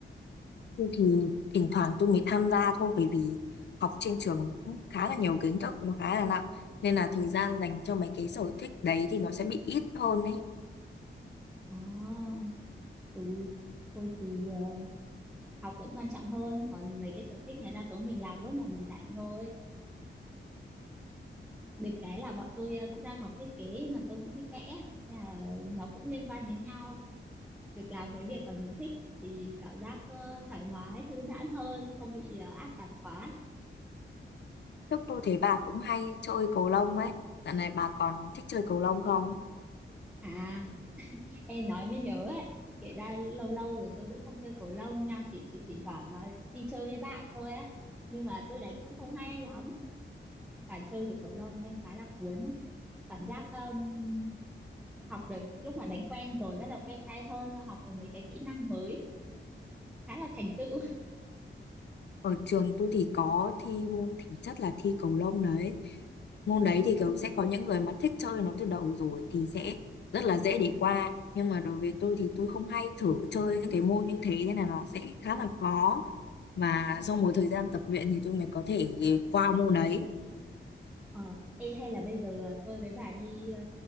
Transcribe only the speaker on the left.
Thôi thì thỉnh thoảng tôi mới tham gia thôi bởi vì học trên trường nó cũng khá là nhiều kiến thức nó khá là nặng nên là thời gian dành cho mấy cái sở thích đấy thì nó sẽ bị ít hơn đấy
Lúc tôi thấy bà cũng hay chơi cầu lông ấy. Dạo này bà còn thích chơi cầu lông không?
Ở trường tôi thì có thi môn thể chất là thi cầu lông đấy. Môn đấy
thì kiểu sẽ có
những người mà thích chơi nó từ đầu rồi thì sẽ rất là dễ để qua. Nhưng mà đối với tôi thì tôi không hay thử chơi những cái môn như thế nên là nó sẽ khá là khó. Và sau một thời gian tập luyện thì tôi mới có thể qua môn đấy.